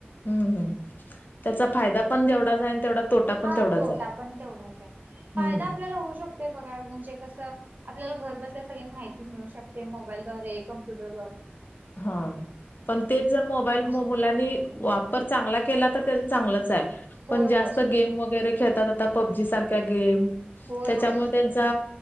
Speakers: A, on the left (about 50°); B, on the right (about 45°).
A: हम्म हम्म त्याचा फायदा पण जेवढा जा तेवढा तोटा पण
B: हा
A: तेवढाच
B: तोटा
A: आहे
B: पण तेवढाच आहे. फायदा
A: हम्म
B: आपल्याला होऊ शकतोय, बघा म्हणजे कसं आपल्याला घर बसल्यास सगळी माहिती मिळू शकते. मोबाईल, द्वारे कम्प्युटर,
A: हा पण तेच जर मोबाईल
B: ह
A: मुलांनी वापर चांगला केला. तर त्या चांगलंच आहे.
B: होय
A: पण जास्त
B: होय
A: गेम वगैरे खेळतात. आता पबजी सारख्या गेम
B: होय
A: त्याच्यामुळे
B: होय
A: त्यांचा